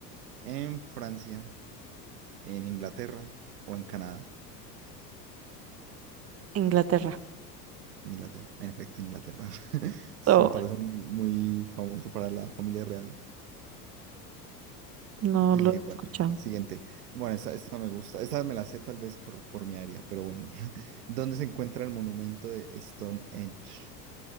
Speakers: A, on the right; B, on the right.
A: en Francia, en Inglaterra o en Canadá.
B: Inglaterra.
A: Inglaterra, en efecto, Inglaterra. <laughs> Es
B: Oh,
A: un palacio muy, muy famoso para la familia real.
B: no
A: Eh,
B: lo he
A: bueno,
B: escuchado.
A: siguiente. Bueno, esta, esta me gusta. Esta me la sé tal vez por, por mi área, pero bueno. <laughs> ¿Dónde se encuentra el monumento de Stonehenge?